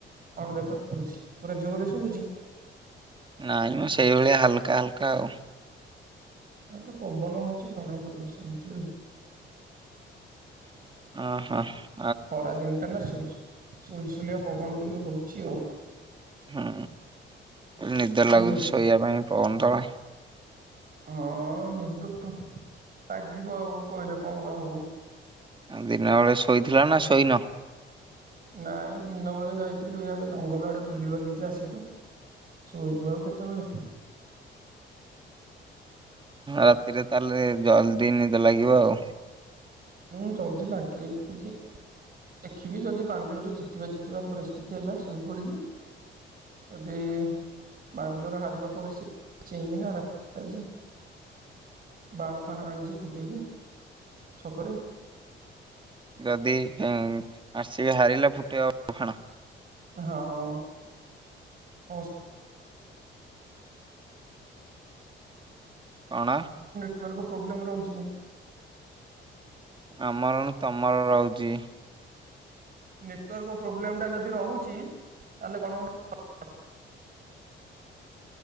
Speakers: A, on the right (about 45°); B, on the right (about 25°).
A: ଅଣ ଦେଖା କରୁଛି ପୁରା ଯୋରେ ଶୁଭୁଛି।
B: ନାଇଁ ମୁଁ ସେଇଭଳିଆ ହାଲକା ହାଲକା ଆଉ।
A: ଏଟା ପବନ ହଉଛି ଜଣା ପଡିବ ସେମିତି ଆଉ।
B: ଓ ହୋ
A: ଖରା ଦିନଟା ନା ଶୁଲଶୁ ସୁଲସୁଲିଆ ପବନ ଟିକେ ହୋଉଚି ଆଉ।
B: ହୁଁ ନିଦ ଲାଗୁଚି
A: ନା କଣ
B: ଶୋଇବା ପାଇଁ ପବନ ତଳେ।
A: ହଁ ନିଦ ତ ଲାଗିବ ଆଉ କହିଲେ କଣ ବା ହବ?
B: ଦିନ ବେଳେ ଶୋଇଥିଲ ନାଁ ଶୋଇନ?
A: ନାଇଁ ଦିନ ବେଳେ ଯାଇଥିଲୁ ହିଆଡେ ଜଙ୍ଗଲ ଆଡ଼େ ବୁଲି ବାଲିକି ଆସିଚୁ ଶୋଇଲୁ ଆଉ କେତୋଏଳେ।
B: ରାତିରେ ତାଲେ ଜଲଦି ନିଦ ଲାଗିବ ଆଉ।
A: ଉଁ ଜଲଦି ଲାଗିଲେ ବି ଜି ଦେଖିବି ଯଦି ବାଙ୍ଗାଲୋରରେ ଜିତିବା ଜିତିବା ପରିସ୍ଥିତି ହେଲା ଶୋଇପଡିବି ଯଦି ବାଙ୍ଗାଲୋର ହାରିବା ପରିସ୍ଥିତି ଚେଇଁମି ନା ରାତିରେ ଆଜି। ବାଣ ଫାଣ ଆଣିଚି ଫୁଟେଇବି ଛକରେ।
B: ରଦି ଉଁ ଆର ସି ବି ହାରିଲା ଫୁଟେଅ ଆଣ।
A: ହଁ ମସ୍
B: ଅଣା
A: ଟୁୱାର୍କ ପ୍ରୋବଲେମ୍ ରହୁଚି କି?
B: ଆମରନୁ ତମର ରହୁଚି।
A: ନେଟୱାର୍କ ପ୍ରୋବ୍ଲେମ୍ ଟା ଯଦି ରହୁଚି ତାଲେ କଣ ଗୋଟେ <inaudible>